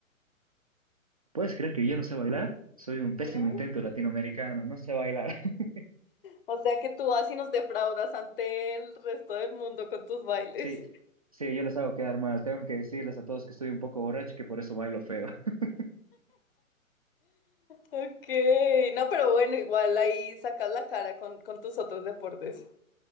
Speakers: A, on the right; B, on the left.
A: ¿Puedes creer que yo no sé bailar? Soy un pésimo
B: ¿No?
A: intento latinoamericano, no sé bailar. <laughs>
B: O sea que tú vas y nos defraudas ante el resto del mundo con tus bailes.
A: Sí, sí, yo les hago quedar mal. Tengo que decirles a todos que estoy un poco borracho y que por eso bailo feo. <laughs>
B: Ok, no, pero bueno, igual ahí sacas la cara con, con tus otros deportes.